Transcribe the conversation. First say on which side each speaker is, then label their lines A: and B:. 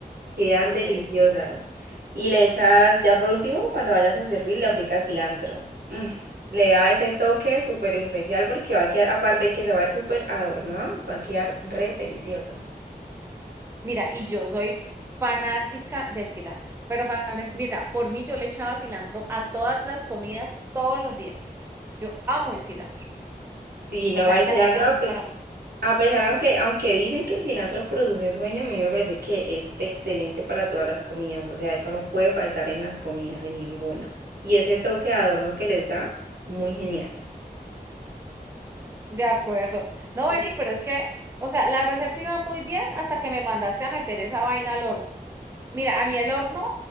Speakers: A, on the right; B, on the right.
A: Quedan
B: Ok.
A: deliciosas. Y le echas, ya por último, cuando vayas a servir, le aplicas cilantro. Mm, Le da ese toque súper especial porque va a quedar, aparte de que se va a ver súper adornado, va a quedar re delicioso.
B: Mira, y yo soy fanática del cilantro, pero fana- mira, por mí yo le echaba cilantro a todas las comidas todos los días. Yo amo el cilantro,
A: Si no
B: o sea
A: va el
B: que
A: cilantro,
B: apenas
A: a
B: es
A: pes-
B: para mí.
A: a pesar, aunque, aunque dicen que el cilantro produce sueño, a mí me parece que es excelente para todas las comidas. O sea, eso no puede faltar en las comidas, en ninguna. Y ese toque de adorno que les da, muy genial.
B: De acuerdo. No,
A: Mira,
B: Beni, pero es que, o sea, la receta iba muy bien hasta que me mandaste a meter esa vaina al horno. Mira, a mí el horno